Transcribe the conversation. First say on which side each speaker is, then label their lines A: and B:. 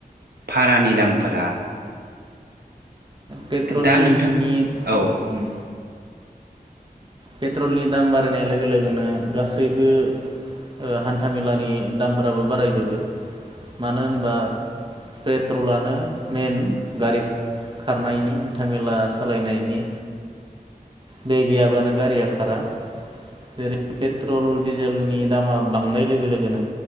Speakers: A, on the right; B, on the right.
A: भारानि दामफोरा
B: पेट्रलनि
A: दा नोंथां
B: ओम
A: औ
B: पेट्रलनि नि दाम बारायनाय लोगो लोगोनो गासैबो ओ हान्थामेलानि दामफोराबो बारायजोबो मानो होनबा पेट्रलानो मेन गारि खारनायनि हान्थामेला सालायनायनि बे गैयाबानो। गारिया खारा जेरै- पेट्रल डिजेलनि दामा बांनाय लोगो लोगोनो